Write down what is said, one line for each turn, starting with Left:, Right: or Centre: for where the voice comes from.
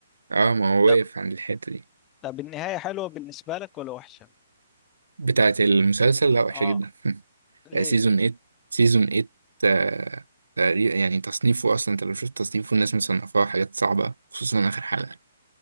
Right: اه ما هو
Left: ده
Right: واقف عند الحتة دي
Left: طب النهاية حلوة بالنسبة لك ولا وحشة؟
Right: بتاعت المسلسل لا وحشة
Left: اه
Right: جدا <laughs>
Left: ليه؟
Right: سيزون 8 سيزون 8 آه، تقريبا يعني تصنيفه اصلا انت لو شفت تصنيفه الناس مصنفاه حاجات صعبه خصوصا اخر حلقه